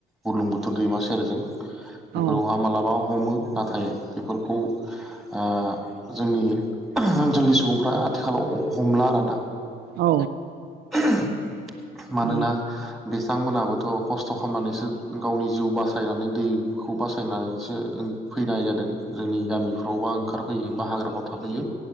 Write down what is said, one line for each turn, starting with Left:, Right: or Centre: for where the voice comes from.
Centre: बुरलुं बुथोर दैमा सेरजों बेफोरावहा
Right: औ
Centre: मालाबा हमो नाथाय बेफोरखौ आ जोंनि <unintelligible> ओनसोलनि सुबुंफ्रा आथिखालाव अह हमला आरोना
Right: औ
Centre: <unintelligible> मानोना
Right: नंगौ
Centre: बिसांमोनाबोथ' खस्थ' खामनानैसो गावनि जिउ बासायनानै दै खौ बासायनानैसो फैनाय जादों जोंनि गामिफ्राव बा ओंखारफैयो बा हाग्राफ्राव थाफैयो